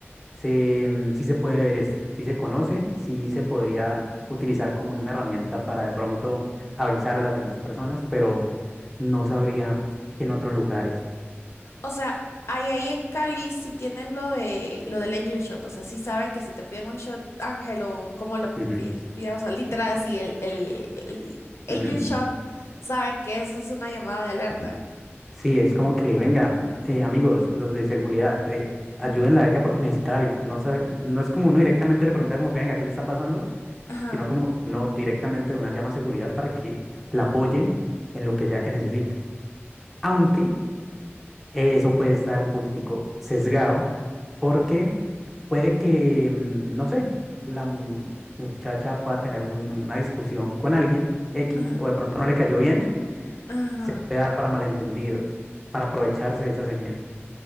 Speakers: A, in the centre; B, on the left (about 75°).
A: se, mm, sí se puede ver esto, sí se conoce, sí se podría utilizar como una herramienta para de pronto avisar a las demás personas, pero no sabría que en otros lugares.
B: O sea, ahí, ahí en Cali sí tienen lo de lo del angel shot, o sea, sí saben que si te piden un shot ángel o como lo
A: Ujú,
B: pi- piden, o sea, literal así el, el, el angel
A: ujú.
B: shot, saben que eso es una llamada de alerta.
A: Sí, es como que, venga, eh, amigos, los de seguridad, eh, ayúdenla
B: Ajá,
A: a ella porque necesita algo. No sabe, no es como uno directamente le pregunta como que, venga, ¿qué le está pasando?
B: ajá,
A: sino como no directamente de una llama a seguridad para que la apoye en lo que sea que necesite. Aunque eso puede estar un poquitico sesgado porque puede que, mm, no sé, la mu- muchacha pueda tener un- una discusión con alguien X
B: ajá,
A: o de pronto no le cayó bien, <laughs>
B: ajá,
A: se puede dar para malentendidos, para aprovecharse de esa señal,